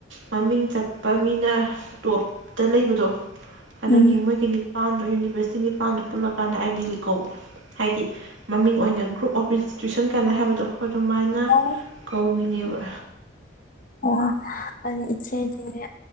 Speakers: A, on the right; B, on the left.
A: ꯃꯃꯤꯡ ꯆꯠꯄ ꯃꯤꯅ ꯇꯣꯞꯇ ꯂꯩꯕꯗꯣ ꯑꯗꯨꯒꯤ
B: ꯎꯝ
A: ꯃꯣꯏꯒꯤ ꯅꯤꯄꯥꯟꯗ ꯋꯦꯁꯇꯤꯟ ꯄꯥꯟꯗ ꯄꯨꯜꯂꯀꯥꯟꯗ ꯑꯥꯏꯕꯤꯂꯤꯛ ꯀꯧꯕ ꯍꯥꯏꯗꯤ ꯃꯃꯤꯡ ꯑꯣꯏꯅ ꯒ꯭ꯔꯨꯞ ꯑꯣꯐ ꯏꯟꯁꯇꯤꯇ꯭ꯌꯨꯁꯟ ꯀꯅ ꯍꯥꯏꯕꯗꯣ ꯑꯗꯨꯃꯥꯏꯅ
B: ꯑꯣ
A: ꯀꯧꯏꯅꯦꯕ
B: ꯑꯣ ꯑꯗꯨꯗꯤ ꯏꯆꯦꯗꯤꯅꯦ